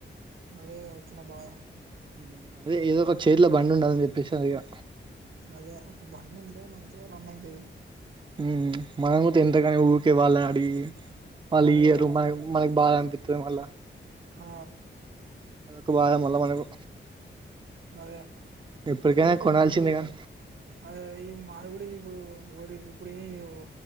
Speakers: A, on the right; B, on the right.
A: అదేగా వచ్చిన బాధ
B: మ్ అదే ఏదో ఒక చేతిలో బండి ఉండాలని చెప్పేసి అదిగా
A: అదే ఒక బండి ఉంటే మంచిగా రన్ అయితది
B: మ్ మనం కూడ ఏంతకనీ ఊరికే వాళ్లని అడిగి వాళ్లు
A: అదేగా
B: ఇయరు మన మనకి బాధ అనిపిత్తది మళ్లా
A: ఆ
B: అదొక బాధ మల్ల మనకు
A: అదే
B: ఎప్పటికైనా
A: ఏదో ఒక
B: కొనాల్సిందే
A: బండి
B: కానీ
A: అదే అదే ఈ మాది కూడా ఇప్పుడు ఓరి ఇప్పుడే ఇవ్వు